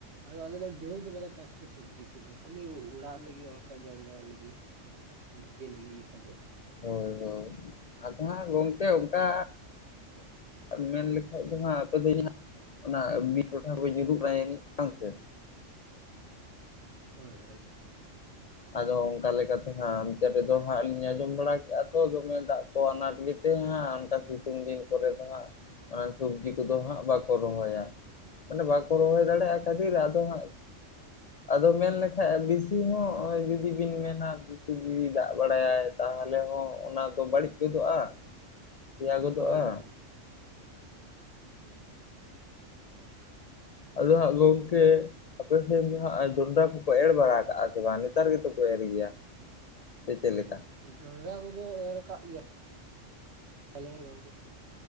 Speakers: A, on the right; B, on the left.
A: ᱟᱫᱚ ᱟᱞᱮ ᱫᱚ ᱰᱷᱮᱨ ᱫᱚ ᱵᱟᱞᱮ ᱪᱟᱥ ᱛᱮ ᱥᱚᱵᱽᱡᱤ ᱠᱚᱫᱚ ᱠᱷᱟᱞᱤ ᱚᱲᱟᱜ ᱞᱟᱹᱜᱤᱫ ᱚᱝᱠᱟ ᱡᱚᱢ ᱵᱟᱲᱟ ᱞᱟᱹᱜᱤᱫ᱾ ᱱᱤᱡᱮ ᱞᱟᱹᱜᱤᱫᱤ ᱜᱮ ᱠᱷᱟᱞᱤ
B: ᱦᱳᱭ ᱦᱳᱭ ᱟᱫᱚ ᱦᱟᱸᱜ ᱜᱚᱝᱠᱮ ᱚᱝᱠᱟ
A: <inaudible>
B: ᱢᱮᱱ ᱞᱮᱠᱷᱟᱡ ᱫᱚ ᱦᱟᱸᱜ ᱟᱯᱮ ᱫᱚ ᱦᱟᱸᱜ ᱚᱱᱟ ᱵᱤᱨ ᱴᱚᱴᱷᱟ ᱠᱚᱧ ᱩᱫᱩᱜ ᱟᱭᱟ ᱱᱤᱡ ᱵᱟᱝ ᱥᱮ
A: ᱦᱳᱭ᱾
B: ᱟᱫᱚ ᱚᱝᱠᱟ ᱞᱮᱠᱟᱛᱮ ᱦᱟᱸᱜ ᱚᱱᱛᱮ ᱨᱮᱫᱚ ᱦᱟᱸᱜ ᱞᱤᱧ ᱟᱸᱡᱚᱢ ᱵᱟᱲᱟ ᱠᱮᱜᱼᱟ ᱛᱚ ᱫᱚᱢᱮ ᱫᱟᱜ ᱠᱚ ᱟᱱᱟᱴ ᱜᱮᱛᱮ ᱦᱮᱸ ᱚᱱᱠᱟ ᱥᱤᱛᱩᱝ ᱫᱤᱱ ᱠᱚ ᱫᱚ ᱦᱟᱸᱜ ᱚᱱᱟ ᱥᱚᱵᱽᱡᱤ ᱠᱚᱫᱚ ᱦᱟᱸᱜ ᱵᱟᱠᱚ ᱨᱚᱦᱚᱭᱟ ᱢᱟᱱᱮ ᱵᱟᱠᱚ ᱨᱚᱦᱚᱭ ᱫᱟᱲᱮᱭᱟᱜᱼᱟ ᱠᱷᱟᱹᱛᱤᱨ ᱟᱫᱚ ᱦᱟᱸᱜ ᱟᱫᱚ ᱢᱮᱱ ᱞᱮᱠᱷᱟᱡ ᱵᱤᱥᱤ ᱦᱚᱸ ᱱᱚᱜᱼᱚᱭ ᱡᱩᱫᱤ ᱵᱤᱱ ᱢᱮᱱᱟ ᱵᱤᱥᱤ ᱡᱩᱫᱤ ᱫᱟᱜ ᱵᱟᱲᱟᱭᱟᱭ ᱛᱟᱦᱚᱞᱮ ᱦᱚᱸ ᱚᱱᱟᱫᱚ ᱵᱟᱹᱲᱤᱡ ᱜᱚᱫᱚᱜᱼᱟ, ᱥᱮᱭᱟ ᱜᱚᱫᱚᱜᱼᱟ
A: ᱦᱳᱭ ᱦᱳᱭ
B: ᱟᱫᱚ ᱦᱟᱸᱜ ᱜᱚᱝᱠᱮ ᱟᱯᱮ ᱥᱮᱫ ᱫᱚ ᱦᱟᱸᱜ ᱡᱚᱸᱰᱨᱟ ᱠᱚᱠᱚ ᱮᱨ ᱵᱟᱲᱟ ᱟᱠᱟᱜ-ᱟ ᱥᱮ ᱵᱟᱝ ᱱᱮᱛᱟᱨ ᱜᱮᱛᱚ ᱠᱚ ᱮᱨ ᱜᱮᱭᱟ᱾ ᱥᱮ ᱪᱮᱫ ᱞᱮᱠᱟ?
A: ᱡᱚᱸᱰᱨᱟ ᱠᱚᱫᱚ ᱮᱨᱟᱠᱟᱫ ᱜᱮᱭᱟ ᱞᱮ ᱜᱚᱝᱠᱮ